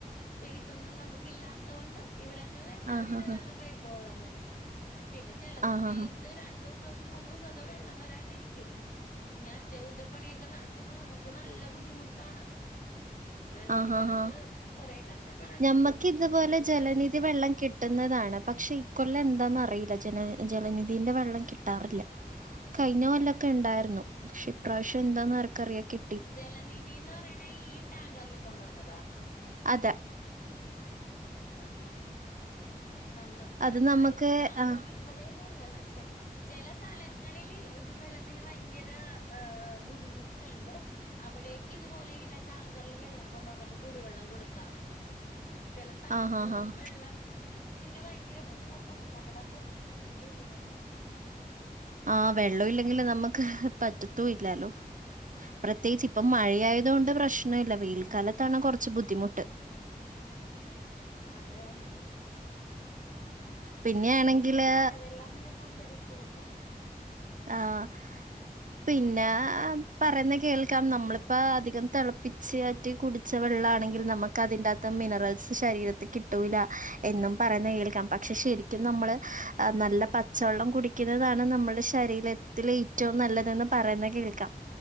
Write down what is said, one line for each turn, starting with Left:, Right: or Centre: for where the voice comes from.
Left: സ്പേസൊന്നും നമുക്കില്ലാത്തതുകൊണ്ട് ഇവിടങ്ങളിലെല്ലാ
Right: ആഹാഹാ.
Left: വീടുകളിലും പൈപ്പുവെള്ളം തന്നെയാ, പിന്നെ ചില
Right: ആഹാഹാ.
Left: സമയത്തുരണ്ടു.. മൂന്നുദിവസമൊക്കെ വെള്ളംവരാണ്ടിരിക്കും. ഇങ്ങനെ, അറ്റകുറ്റപ്പണിയൊക്കെ നടക്കുമ്പോ നമുക്കു നല്ല ബുദ്ധിമുട്ടാണ്. വെള്ളമില്ലാണ്ട്
Right: ആ.. ഹാ.. ഹാ..
Left: കൊറെ കഷ്ടപ്പെടണം
Right: ഞമ്മക്കിതുപോലെ
Left: കൊ നമുക്ക്ണ്ട്
Right: ജലനിധി വെള്ളം കിട്ടുന്നതാണ്. പക്ഷേയീക്കൊല്ലം എന്താന്നറിയില്ല, ജല.. ജലനിധിയുടെ വെള്ളം കിട്ടാറില്ല. കഴിഞ്ഞകൊല്ലമൊക്കെണ്ടായിരുന്നു. പക്ഷേ ഇപ്രാവശ്യം എന്താന്ന് ആർക്കറിയാം കി
Left: ജലനീധിന്നുപറയണയീ ടാങ്കറിൽ കൊണ്ടുവരുന്നതാ..
Right: അതെ.
Left: അഹ്.. ആ.. ആഹ്.. നമ്മുക്ക്
Right: അത് നമ്മക്ക്
Left: അഹ്.. ഇവിടെ ടാങ്കറിൽ
Right: ആഹ്
Left: ഇവിടേന്നുമല്ലവെച്ചാ- ചില സ്ഥലങ്ങളില് ഇപ്പൊ വെള്ളത്തിനുഭയങ്കര അ.. അ.. ബുദ്ധിമുട്ടുണ്ട്. അവിടേക്കിതുപോലെയിങ്ങനെ ടാങ്കറിലുവെള്ളം കൊണ്ടുവന്നിട്ടു കുടിവെള്ളം കൊടുക്കാറുണ്ട്. ചെല സ്ഥലങ്ങളിലൊന്നും
Right: ആഹ് ആഹ് ആഹ്
Left: വെള്ളം ത്തിനുഭയങ്കര ബുദ്ധിമുട്ടാണ് നമ്മുടെ കൊച്ചു ഏരിയായിലേയുള്ളൂ
Right: ആ.. വെള്ളമില്ലെങ്കിലു നമ്മുക്കുപറ്റത്തുവില്ലാലോ പ്രത്യേകിച്ചിപ്പം മഴയായതുകൊണ്ട് പ്രശ്നമില്ല. വേനൽക്കാലത്താണ് കുറച്ച് ബുദ്ധിമുട്ട്.
Left: അതെ അതെ.
Right: പിന്നെയാണെങ്കില്
Left: മഴെയായത് കൊണ്ട് മഴ വെള്ളമെങ്കിലും സംഭരിച്ചുവെക്കാം.
Right: ആഹ്.. പിന്നെ പറയുന്ന കേൾക്കാം. നമ്മളിപ്പ അധികം തിളപ്പി തിളപ്പിച്ചാറ്റി കുടിച്ച വെള്ളാണെങ്കിൽ, നമക്ക് അതിനാ കത്ത് മിനറൽസ് ശരീരത്തിൽ കിട്ടൂല എന്നും പറയുന്ന കേൾക്കാം, പക്ഷെ ശരിക്കും നമ്മള് നല്ല പച്ചവെള്ളം കുടി കുടിക്കുന്നതാണ് നമ്മള്ടെ ശരീര ഏറ്റവും നല്ലതെന്ന് പറയുന്ന കേൾ ക്കം.